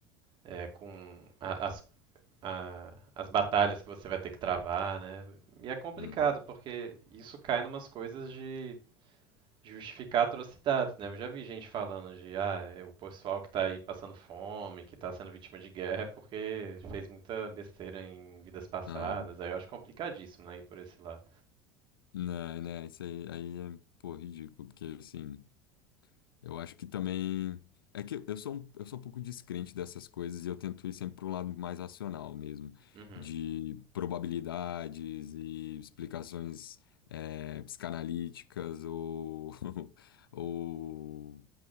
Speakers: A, on the right; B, on the left.
A: é, com a- as, a- as batalhas que você vai ter que travar, né? E é complicado,
B: uhum.
A: porque isso cai numas coisas de justificar atrocidades, né? Eu já vi gente falando de, ah, é o pessoal que tá aí passando fome, que tá sendo vítima de guerra, é porque fez muita besteira em vidas passadas.
B: Ah,
A: Aí eu acho complicadíssimo, né, ir por esse lado.
B: não, né, isso aí, aí é, pô, ridículo, porque assim, eu acho que também. É que eu sou um, eu sou um pouco descrente dessas coisas e eu tento ir sempre para um lado mais racional mesmo,
A: Uhum.
B: de probabilidades e explicações é, psicanalíticas ou, <laughs> ou